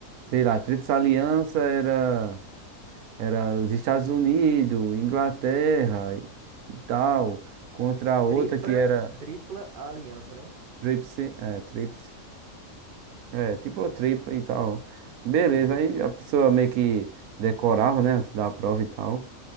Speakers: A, on the right; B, on the right.
A: sei lá, Tríplice Aliança era, era os Estados Unidos, Inglaterra e, e tal, contra a outra
B: Tripla,
A: que era
B: tripla aliança, né?
A: Tríplice, é, Tríplice, é, tipo tripla e tal. Beleza,
B: Entendi.
A: aí a pessoa meio que decorava, né, antes da prova e tal.